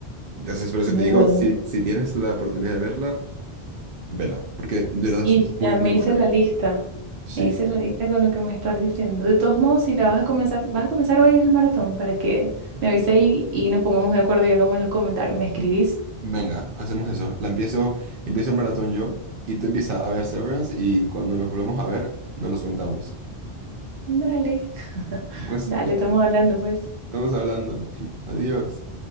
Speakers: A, on the right (about 60°); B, on the right (about 75°).
A: Entonces, por eso
B: No,
A: te
B: Igual,
A: digo, si,
B: mm,
A: si tienes la oportunidad de verla, vela, porque de
B: sí,
A: verdad es muy,
B: ya me
A: muy buena.
B: hice la lista.
A: Sí.
B: Me hice la lista con lo que me estás diciendo. De todos modos, si la vas a comenzar, vas a comenzar hoy el maratón para que me avise ahí y nos pongamos de acuerdo y hagamos los comentarios. ¿Me escribís?
A: Venga, hacemos eso. La empiezo, empiezo el maratón yo y tú empiezas a ver Severance y cuando nos volvamos a ver, nos los contamos.
B: Dale, <laughs>
A: Pues
B: dale, estamos hablando pues.
A: estamos hablando. <laughs> Adiós.